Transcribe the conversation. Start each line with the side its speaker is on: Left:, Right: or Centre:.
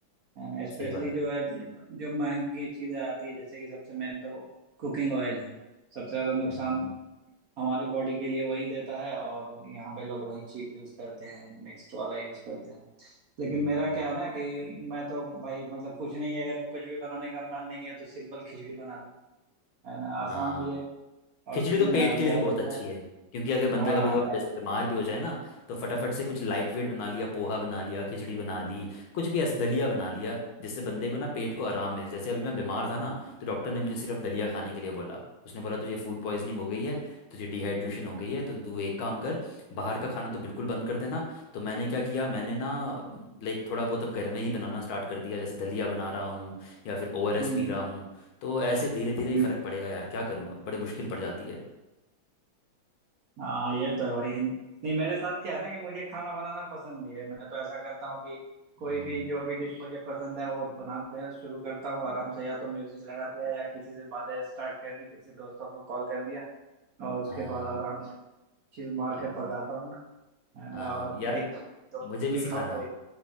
Right: है ना स्पेशली
Left: सही बात है
Right: जो है जो महंगी चीजें आती है जैसे कि सबसे मेन तो कुकिंग ऑयल है सबसे ज्यादा नुकसान
Left: हम्म
Right: हमारी बॉडी के लिए वही देता है और यहाँ पे लोग वही चीप यूज करते हैं नेक्स्ट वाला यूज करते हैं लेकिन
Left: हम्म
Right: मेरा क्या है ना कि मैं तो भाई मतलब कुछ नहीं है अगर कुछ भी बनाने का मन नहीं है तो सिंपल खिचड़ी बना लो है ना आसान
Left: हाँ
Right: भी है और
Left: खिचड़ी
Right: अ,
Left: तो पेट के
Right: बहुत
Left: लिए भी बहुत
Right: अच्छा
Left: अच्छी
Right: है
Left: है क्योंकि अगर बंदा
Right: हाँ
Left: कभी
Right: हाँ
Left: कभार वैसे बीमार भी हो जाए ना तो फटाफट से कुछ लाइट वेट बना लिया पोहा बना लिया खिचड़ी बना ली कुछ भी ऐसे दलिया बना लिया जिससे बंदे को ना पेट को आराम मिले जैसे अभी मैं बीमार था ना तो डॉक्टर ने मुझे सिर्फ दलिया खाने के लिए बोला उसने बोला तुझे फूड पॉइजनिंग हो गई है तुझे डिहाइड्रेशन हो गई है तो तू एक काम कर बाहर का खाना तो बिल्कुल बंद कर देना तो मैंने क्या किया मैंने ना लाइक थोड़ा बहुत अब घर में ही बनाना स्टार्ट कर दिया जैसे दलिया बना रहा हूँ या फिर ओआरएस
Right: हम्म
Left: पी रहा हूँ तो ऐसे धीरे धीरे ही
Right: हम्म।
Left: फ़र्क पड़ेगा यार क्या करूँगा बड़ी मुश्किल पड़ जाती है
Right: हाँ ये तो है भाई नहीं मेरे साथ क्या है ना कि मुझे खाना बनाना पसंद भी है मैं तो ऐसा करता हूँ कि
Left: हम्म
Right: कोई भी जो भी डिश मुझे पसंद है वो बनाते शुरू करता हूँ आराम से या तो म्यूजिक लगा दिया या किसी से बातें स्टार्ट कर दी किसी दोस्तों को कॉल कर दिया और उसके
Left: हाँ
Right: बाद आराम से चिल मार
Left: अब
Right: के पकाता हूँ है ना
Left: हाँ
Right: और
Left: यार
Right: एक दो
Left: मुझे भी
Right: भी
Left: सिखाना
Right: खाओ कोई